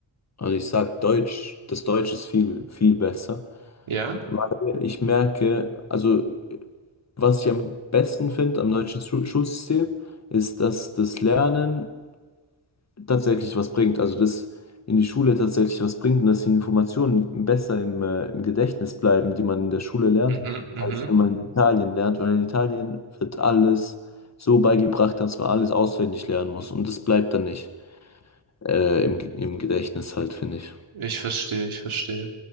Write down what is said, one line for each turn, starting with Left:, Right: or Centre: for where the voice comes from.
Left: Also ich sag Deutsch, das Deutsch ist viel, viel besser,
Right: Ja?
Left: weil ich merke, also was ich am besten finde am deutschen Schu- Schulsystem, ist, dass das Lernen tatsächlich was bringt. Also dass in die Schule tatsächlich was bringt und dass die Informationen besser im, äh, im Gedächtnis bleiben, die man in der Schule lernt,
Right: Mhm. Mhm.
Left: als wenn man in Italien lernt, weil in Italien wird alles so beigebracht, dass man alles auswendig lernen muss und das bleibt dann nicht äh, im, Ge- im Gedächtnis halt, finde ich.
Right: Ich verstehe, ich verstehe.